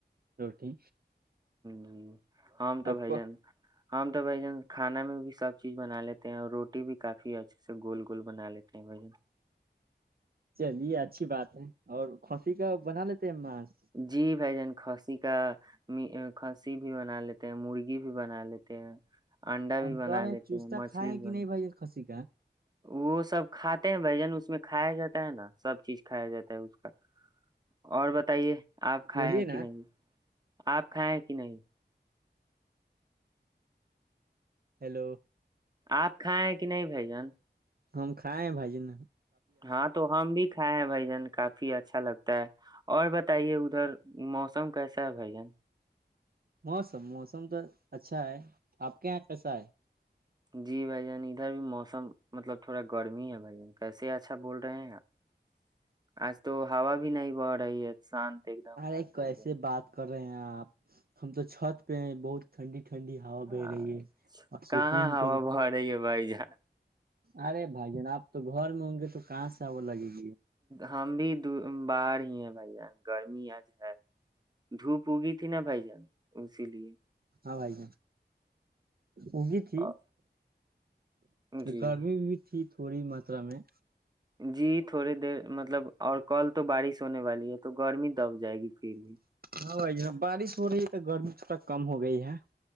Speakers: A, on the right; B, on the right.
A: روٹی
B: جی ہمم تو
A: آپ
B: بھ
A: کو
B: جان ہم تو بھ جن کھانا میں بھی سب چیز بنا لیتے ہیں اور روٹی بھی کافی اچھے سے گول گول بنا لیتے ہیں بھ جن
A: چلیے اچھی بات ہے اور کھانسی کا بنا لیتے ہیں ماس
B: جی بھائی جان کھاسی کا کھسی بھی بنا لیتے ہیں مرغی بھی بنا لیتے ہیں انڈا بھی
A: ہم
B: بنا
A: کر رہے
B: لیتے
A: ہیں چوستتا
B: مچھلی
A: کائے
B: بھی
A: کہ
B: بنا
A: نہیں بھائی خسی کا
B: وہ سب کھاتے ہیں بھجن اس میں کھایا جاتا ہے نا سب چیز کھایا جاتا ہے اس کا اور بتائیے آپ کھائے
A: بولیے
B: ہیں
A: نا
B: کہ نہیں آپ کھائیں کہ نہیں
A: ہیلو
B: آپ کھائیں کہ نہیں بھائی جان
A: ہم کھائے ہیں بھجی نے
B: ہاں تو ہم بھی کھائے ہیں بھ جن کافی اچھا لگتا ہے اور بتائیے ادھر موسم کیسا ہے بھائی جان
A: موسم موسم تو اچھا ہے آپ کے یہاں کیسا ہے
B: جی بھائی جان ادھر بھی موسم مطلب تھوڑا گرمی ہے بھائی جان کیسے اچھا بول رہے ہیں آپ آج تو ہوا بھی نہیں بہ رہی ہے شانت <unintelligible>
A: ارے
B: ہے تو
A: کیسے
B: ادھر۔
A: بات کر رہے ہیں آپ ہم تو چھت پہ بہت ٹنڈی ٹھنڈی ہا
B: ہاں،
A: بہ رہی ہے اور
B: کہاں
A: سکون
B: ہوا
A: کے
B: بہ رہی ہے بھائی جان
A: ارے بھائی جان آپ تو گھر میں ہوں گے تو کہاں سے وہ لگے گی
B: ہم بھی باہار ہی ہے بھائی جان گرمی آج ہے دھوپ اگی تھی نا بھائی جان اسی لیے
A: ہاں بھائی جان ہوگی تھی
B: آ- جی
A: گرمی بھی تھییک <unintelligible> تھوڑی ماترا میں
B: جی تھوڑے دیر مطلب اور کال تو بارش ہونے والی ہے تو گرمی دب جائے گی پھر بھی
A: ہاں ج بارش ہو رہی ہے تو گرمی تھوڑا کم ہو گئی ہے <unintelligible>